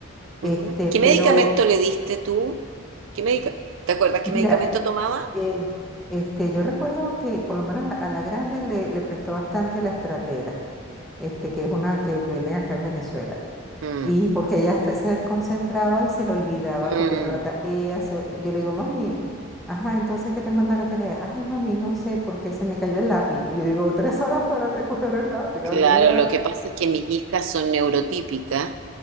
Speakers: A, on the right (about 65°); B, in the centre.
A: Ujú.
B: este,
A: ¿Qué
B: pero
A: medicamento le diste tú? ¿Qué medica- ¿Te acuerdas qué
B: mira,
A: medicamento tomaba?
B: eh, este, yo recuerdo que por lo menos a la, a la grande le, le prestó bastante la estratera, este, que es una que venden acá en Venezuela.
A: Mm,
B: Y porque ella hasta se desconcentraba y se le olvidaba
A: mm.
B: copiar la tarea. se- Yo le digo, mami, ajá, entonces ¿qué te manda la tarea? Ay, mami, no sé, porque se me cayó el lápiz. Y yo digo, tres horas para recoger el lápiz.
A: Claro,
B: a me da-".
A: lo que pasa es que mis hijas son neurotípicas